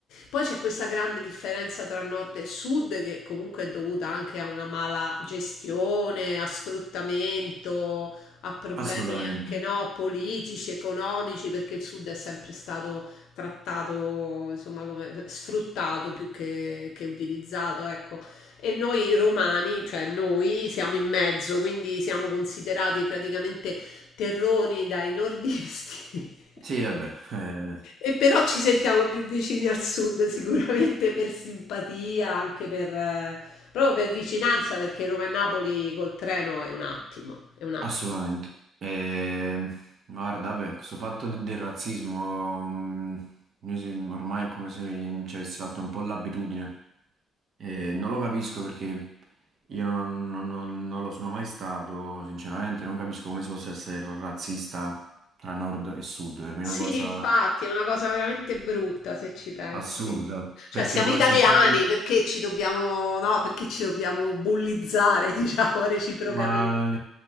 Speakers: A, on the left; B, on the right.
A: poi c'è questa grande differenza tra nord e sud che comunque è dovuta anche a una mala gestione, a sfruttamento, a problemi
B: Assolutamente.
A: anche no, politici, economici, perché il sud è sempre stato trattato, insomma, come sfruttato più che, che utilizzato, ecco. E noi romani, cioè noi, siamo in mezzo, quindi siamo considerati praticamente terroni dai nordisti. <laughs>
B: Sì, vabbè, eh,
A: E però ci sentiamo più vicini al sud sicuramente per simpatia, anche per, eh, proprio per vicinanza, perché Roma e Napoli col treno è un attimo, è un attimo.
B: Assolutamente. E, guarda, vabbè, questo fatto de- del razzismo, mh, noi se- ormai è come se ci avessi fatto un po' l'abitudine. E non lo capisco perché io non, non- non- non lo sono mai stato, sinceramente, non capisco come si possa essere razzista tra nord e sud. Per me
A: Sì,
B: è una cosa
A: infatti, è una cosa veramente brutta se ci pensi.
B: assurda,
A: Cioè,
B: perché
A: siamo
B: poi
A: italiani
B: se poi
A: perché ci dobbiamo, no, perché ci dobbiamo bullizzare, <laughs> diciamo, reciprocamente.
B: Ma eh,